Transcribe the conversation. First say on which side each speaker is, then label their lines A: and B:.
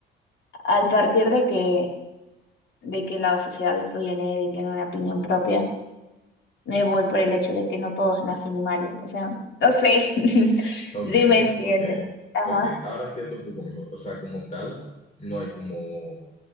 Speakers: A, on the left; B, on the left.
A: al partir de que, de que la sociedad influye en él y tiene una opinión propia, me voy por el hecho de que no todos nacen malos. O sea, no sé <laughs>
B: Ok,
A: si me entiendes.
B: ok,
A: Ajá.
B: ok. Ahora entiendo un poco mejor. O sea, como tal, no hay como